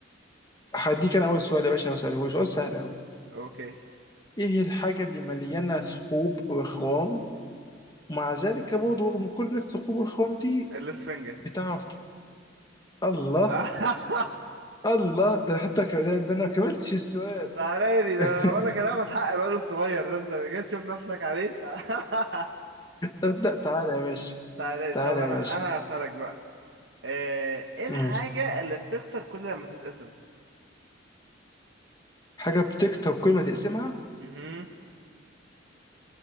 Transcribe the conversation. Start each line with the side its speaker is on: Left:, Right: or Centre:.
Left: هديك انا اول سؤال يا باشا هساله هو سؤال سهل قوي
Right: اوكي
Left: ايه الحاجة اللي مليانة ثقوب وخوام ومع ذلك برضه رغم كل الثقوب والخوام دي
Right: الاسفنجة
Left: بتعرف ت- الله
Right: <laughs>
Left: الله ده أنا حتى ك... ده, ده انا ما كملتش السؤال
Right: تعالى لي ده
Left: <laughs>
Right: أنا بقول لك انا هاخد حق الواد الصغير ده انت جاي تشوف نفسك عليه <laughs>
Left: ابدأ تعالى يا باشا
Right: تعالى لي طب
Left: تعالى
Right: انا
Left: يا باشا
Right: انا هسألك بقى آه، ايه الحاجة
Left: ماشي
Right: اللي بتكتر كل لما تتقسم
Left: حاجة بتكتر كل ما تقسمها
Right: مهم.